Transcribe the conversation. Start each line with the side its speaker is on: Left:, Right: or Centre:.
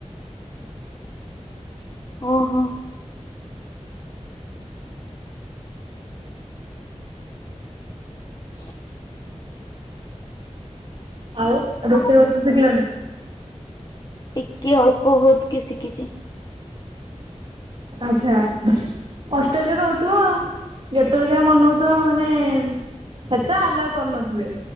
Left: ଓହୋ। ଚୁକ୍ ।
Right: ଆଉ ରୋଷେଇ
Left: ଆଉ କଣ
Right: ବାସ ଶିଖିଲଣି?
Left: ଟିକେ ଅଳ୍ପ ବହୁତ୍ କି ଶିଖିଚି।
Right: ଆଚ୍ଛା। ହଷ୍ଟେଲରେ ରହୁଥିବ ଯେତେବେଳେ ଯାହା ମନ ହଉଥିବ ମାନେ ଏତେ ଆଲ୍ଲାଉ କରୁନଥିବେ।